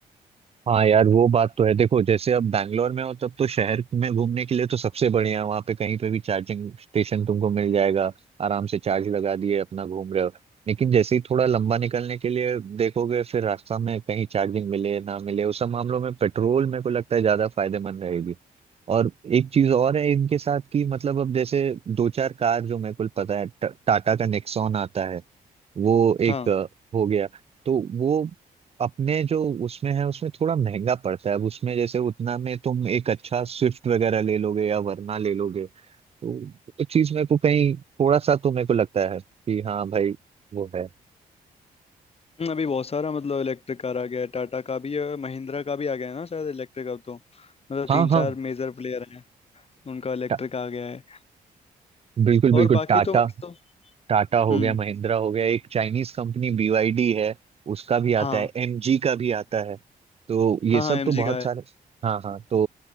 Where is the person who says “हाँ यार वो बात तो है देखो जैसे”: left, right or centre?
Right